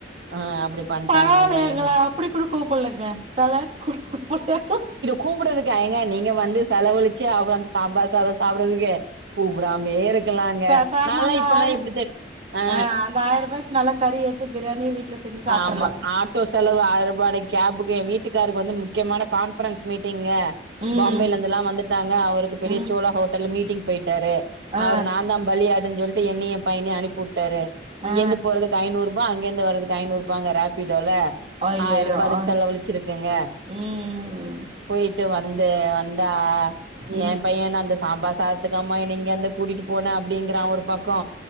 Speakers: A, on the right; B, on the right.
A: ஆ அப்டி பண்ட்டாங்கங்க
B: பரவாயில்லங்க எங்கள
A: என்ன
B: அப்டி கூட கூப்ட்லேங்க கல்யாண்த்க்கு குடுத் கூப்ட் கூப் டாங்கோ
A: கூப்ட்டதுக்கா ஏங்க நீ இங்க வந்து செலவழிச்சு அப்றோ அந்த சாம்பார் சாதோ சாப்ட்றதுக்கு கூப்டாமே இருக் கலாங்க
B: பேசாம
A: நல்லா
B: அந்த
A: இப்பல்லா
B: ஆயிர
A: எப்டி தெரி அ
B: ஆ அந்த ஆயரூபாய் நல்லா கறி ஏத்து ப்ரியாணி வீட்ல செஞ்சு சாப்ட்றலா
A: ஆமா ஆட் டோ செலவு ஆய ரூபா அன்னைக்கு கேபுக்கு ஏ வீட்டுக்காருக்கு வந்து முக்கியமான கான்ஃபரன்ஸ் மீட்டிங்க
B: ம்
A: பாம்பேலந்துல்லா வந்துட்டாங்க அவருக்கு பெரிய
B: ம்
A: சோழா ஹோட்டல் மீட்டிங் போயிட்டாரு
B: ஆ
A: அவர நாந்தா பலியாடு சொல்லிட்டு என்னயு ஏ பையனையு அனுப்பி வுட்டாரு இங்கிருந்து
B: ஆ
A: போறதுக்கு ஐநூர் ரூபா அங்கெருந்து வரதுக்கு ஐநூர் ரூபாங்க ரேப்பிடோல
B: அய்யய்யோ
A: ஆயிர ரூபா அதுக்கு
B: ஆ
A: செலவழிச்சுருக்குங்க
B: ம்
A: போய்ட்டு வந்தே வந்தா வ
B: ம்
A: ஏ பையனு அந்த சாம்பார் பாத்துக்கமா என இங்கந்து கூட்டி போன அப்டிங்குறா ஒரு பக்கோ